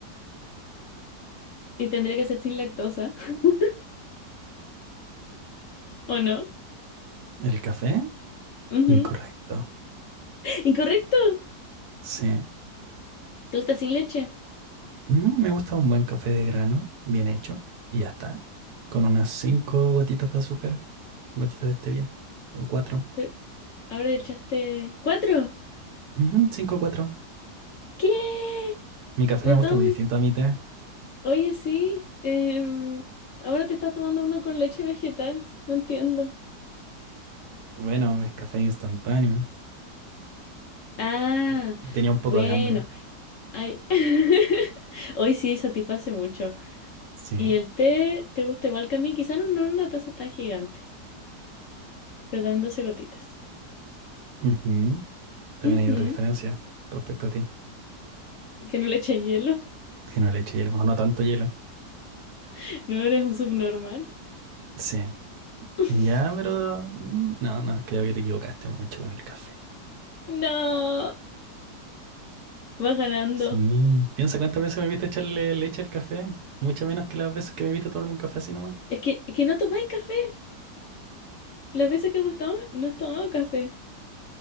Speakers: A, on the left; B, on the right.
A: Y tendría que ser sin lactosa, <laughs> ¿o no?
B: El café,
A: Ujú.
B: incorrecto.
A: Incorrecto.
B: Sí.
A: ¿Te gusta sin leche?
B: Mm, Me gusta un buen café de grano, bien hecho, y ya está. Con unas cinco gotitas de azúcar, gotitas de stevia, o cuatro.
A: Pero ahora le echaste cuatro.
B: Ujú, cinco o cuatro.
A: ¿Qué?
B: Mi café
A: Lo
B: me gusta
A: tomo.
B: muy distinto a mi té.
A: Oye, sí, em, ahora te estás tomando uno con leche vegetal, no entiendo.
B: Bueno, es café instantáneo.
A: Ah,
B: Mm. Y tenía un poco
A: bueno,
B: de hambre.
A: ay, <laughs> hoy sí satisface mucho.
B: Sí.
A: Y el té te gusta igual que a mí, quizás no no en una taza tan gigante, pero también 12 gotitas.
B: Ujú. También
A: Ujú,
B: hay otra diferencia respecto a ti.
A: Que no le eche hielo,
B: Si no le echo hielo, o no tanto hielo.
A: <laughs> no eres un subnormal.
B: Sí.
A: <laughs>
B: Ya, pero mm, no, no, creo que te equivocaste mucho con el café.
A: No, vas ganando.
B: Sí, piensa cuántas veces me viste echarle leche al café. Muchas menos que las veces que me viste tomarme un café así nomás.
A: Es que, que no tomáis café. Las veces que hemos estado, no has tomado café.